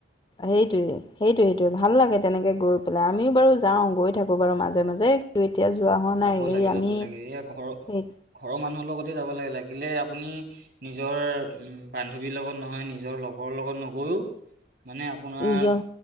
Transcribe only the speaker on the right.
যাব
লাগে
যাব লাগে এয়া ঘৰৰ
ঘৰৰ মানুহৰ লগতে যাব লাগে লাগিলে আপুনি নিজৰ উম বান্ধৱীৰ লগত নহয় নিজৰ লগৰ লগত নগৈও মানে আপ আপোনাৰ